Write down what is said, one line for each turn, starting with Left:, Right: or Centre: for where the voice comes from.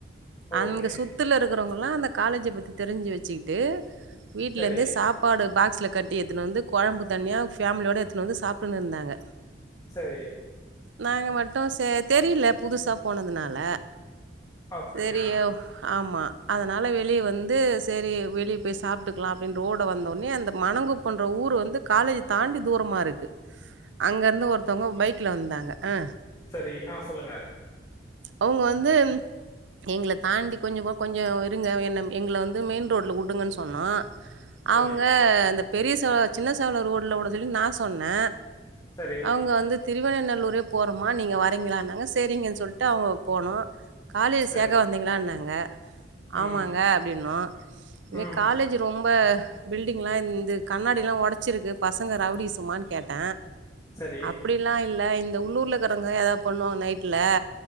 Right: அங்க
Left: ஓகே
Right: சுத்துல இருக் இருக்குறவங்கல்லா அந்த காலேஜ பத்தி தெருஞ்சு வெச்சுக்கிட்டு வீட்ல
Left: சரி
Right: இருந்தே சாப்பாடு பாக் பாக்ஸ்ல்ல கட்டி எத்துனு வந்து கொழம்பு தனியா ஃபேமலியோட எத்துனு வந்து சாப்டுன்னு இருந்தாங்க
Left: சேரி
Right: நாங்க மட்டு சே தெரில புதுசா போனதுனால
Left: அப்டியா
Right: சரி, ஆமா அதனால வெளிய வந்து சேரி வெளிய போய் சாப்டுக்கலா அப்டின் ரோட வந்தோனே அந்த மணங்குப்பன்ற ஊரு வந்து காலேஜ்ஜு தாண்டி தூரமா இருக்கு அங்க இருந்த ஒருத்தவங்க பைக்ல வந்தாங்க அ
Left: சேரி ஆ சொல்லுங்க
Right: அவங்க வந்து எங்கள தாண்டி கொஞ்சோ கூட கொஞ்சோ இருங்க என்ன எங்கள வந்து மெயின் ரோடுல உடுங்கன் சொன்னோ அவங்க
Left: சரி
Right: அந்த பெரிய செவ சின்ன செவல ரோடுல உட அப்டின் சொல்லி நா சொன்ன
Left: சரி
Right: அவங்க வந்து திருவண்ணநல்லூரே போறமா நீங்க வரீங்களானாங்க சேரிங்கன் சொல்ட்டு அவங்க போனோ காலேஜ்
Left: சரி
Right: சேக்க வந்தீங்களான்னாங்க ஆமாங்க
Left: ம்
Right: அப்டின்னோ இங்க
Left: ம்
Right: காலேஜ்ஜு ரொம் ரொம்ப பில்டிங் எல்லா இந்த கண்ணாடி எல்லா ஒடச்சுருக்கு பஸ் பசங்க ரவுடிசம்மான் கேட்ட
Left: சரி
Right: அப்டிலா இல்ல இந்த உள்ளூர்ல இருக்குறவங்க எதாது பண்ணுவாங்க நைட்ல